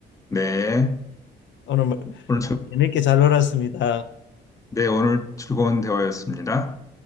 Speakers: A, on the left; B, on the left.
A: 네,
B: 오늘 뭐
A: 오늘 즐,
B: 재밌게 잘 놀았습니다.
A: 네, 오늘 즐거운 대화였습니다.